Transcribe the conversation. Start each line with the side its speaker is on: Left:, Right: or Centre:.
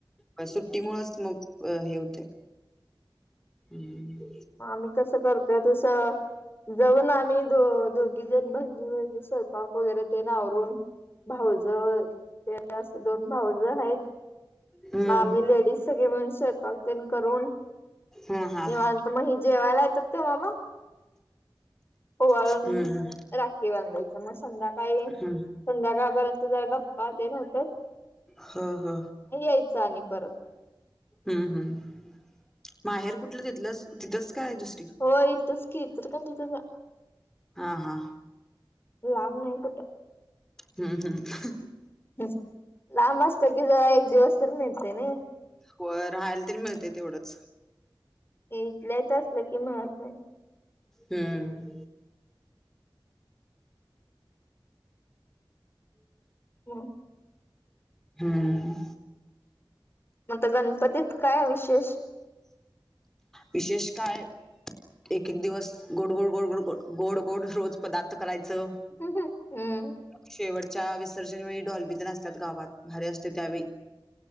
Centre: काय सुट्टीमुळच मग हे अ होतंय हम्म.
Left: म आम्ही कसं करतोय तसं जाऊन आम्ही दो दोघीजण बहिणी बहिणी स्वयंपाक वगैरे तेन आवरून भावजा ते असं दोन भावजा आहे की.
Centre: हम्म.
Left: म आम्ही लेडीज सगळे मिळून स्वयंपाक तेन करून
Centre: हां हां
Left: निवां त म हे जेवायला येतात तेव्हा मग ओवाळून
Centre: हम्म हम्म
Left: राखी बांधायचं म संध्याकाळी
Centre: हम्म.
Left: संध्याकाळ पर्यंत जर जात पाहते नव्हत्यात
Centre: ह ह
Left: यायचं आणि परत.
Centre: हम्म हम्म माहेर कुठलं तिथलंच तिथंच काय दुस
Left: हो इथच कि इचलकरंजीतच
Centre: हां हां
Left: लांब नाही कुठं.
Centre: हम्म हम्म.
Left: हम्म लांब असतं की एक दिवस तरी मिळते नाही.
Centre: होय राहायला तरी मिळतं तेवढच.
Left: इथल्या इथं असलं की मिळत नाय.
Centre: हम्म.
Left: मंग
Centre: हां.
Left: म आता गणपतीत काय विशेष?
Centre: विशेष काय एक एक दिवस गोड गोड गोड गोड गोड गोड गोड रोज पदार्थ करायचं.
Left: हम्म.
Centre: शेवटच्या विसर्जनवेेळी डॉल्बीतेन असत्या गावात भारी असतं त्यावेळी.